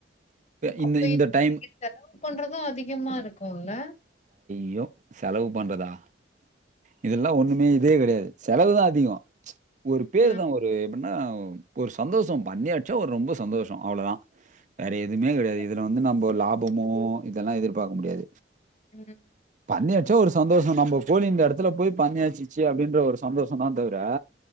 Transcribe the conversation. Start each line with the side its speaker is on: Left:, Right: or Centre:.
Right: இந்த
Left: அப்ப
Right: இந்த
Left: இதுக்கு
Right: டைம்
Left: நீங்க செலவு பண்றதும் அதிகமா இருக்கும்ல்ல
Right: ஐயோ செலவு பண்றதா இதெல்லாம் ஒண்ணுமே இதே கிடையாது செலவுதான் அதிகம் ஒரு பேரு
Left: ஆ
Right: தான் ஒரு எப்படின்னா ஒரு சந்தோஷம் பண்ணியாச்சா ஒரு ரொம்ப சந்தோஷம் அவ்வளவுதான் வேற எதுவுமே
Left: சரி
Right: கிடையாது இதுல வந்து நம்ம லாபமோ இதெல்லாம் எதிர்பார்க்க முடியாது
Left: உம்
Right: அந்தாச்சா ஒரு சந்தோஷம் நம்ம கோலி இந்த இடத்துல போய் பண்ணியாச்சிச்சு அப்படின்ற ஒரு சந்தோஷம் தான் தவிர